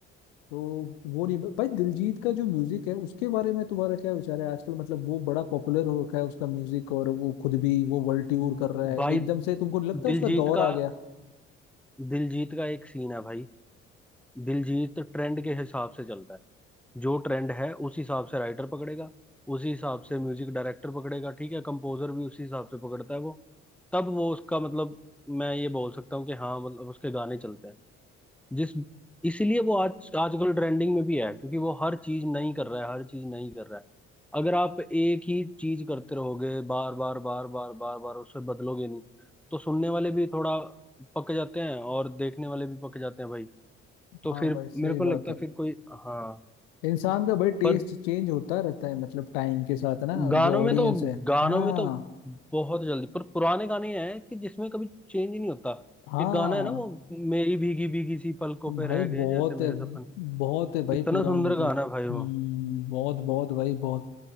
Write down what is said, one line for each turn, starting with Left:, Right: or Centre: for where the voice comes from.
Left: तो वो नहीं भाई दिलजीत का जो म्यूजिक है उसके बारे में तुम्हारा क्या विचार है आजकल मतलब वो बड़ा पॉपुलर हो रखा है उसका म्यूजिक और वो खुद भी वो वर्ल्ड टूर कर रहा है
Centre: भाई
Left: एकदम से तुमको नहीं लगता
Centre: दिलजीत
Left: उसका दौर
Centre: का
Left: आ गया
Centre: दिलजीत का एक सीन है भाई दिलजीत ट्रेंड के हिसाब से चलता है जो ट्रेंड है उस हिसाब से राइटर पकड़ेगा उसी हिसाब से म्यूजिक डायरेक्टर पकड़ेगा ठीक है कंपोजर भी उसी हिसाब से पकड़ता है वो तब वो उसका मतलब मैं ये बोल सकता हूँ कि हाँ मतलब उसके गाने चलते हैं जिस इसीलिए वो आज आजकल ट्रेंडिंग में भी है क्योंकि वो हर चीज नहीं कर रहा है हर चीज नहीं कर रहा है अगर आप एक ही चीज करते रहोगे बार बार बार बार बार बार उसे बदलोगे नहीं तो सुनने वाले भी थोड़ा पक जाते हैं और देखने वाले भी पक जाते हैं भाई तो
Left: हाँ
Centre: फिर
Left: भाई सही
Centre: मेरे को लगता
Left: बात है
Centre: है फिर कोई हाँ
Left: इंसान का भाई टेस्ट
Centre: पर
Left: चेंज होता रहता है मतलब टाइम के साथ ना
Centre: गानों
Left: जो ऑडियंस
Centre: में तो
Left: है
Centre: गानों
Left: हाँ
Centre: में तो बहुत जल्दी पर पुराने गाने हैं कि जिसमें कभी चेंज ही नहीं होता
Left: हाँ
Centre: एक गाना है ना वो मेरी भीगी भीगी सी पलकों पे
Left: भाई
Centre: रह गए
Left: बहुत
Centre: जैसे मेरे
Left: है
Centre: सपन
Left: बहुत है भाई
Centre: कितना
Left: पुराने
Centre: सुंदर
Left: तो
Centre: गाना
Left: हम्म
Centre: है भाई वो
Left: बहुत बहुत भाई बहुत